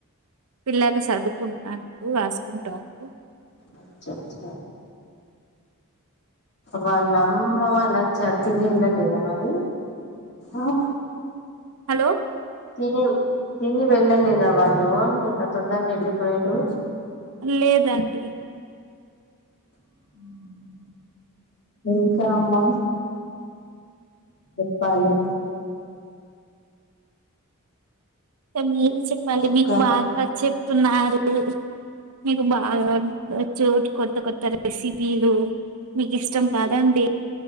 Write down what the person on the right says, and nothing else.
పిల్లలు సదువుకుంటాన్రు రాసుకుంటాన్రు
హలో
లేదండి
కని మీరు చెప్పాలి
మీరు బాగా చెప్తున్నారు మీకు బాగా ఉండచ్చు కొత్త కొత్త రెసిపీలు మీకిష్టం కాదండి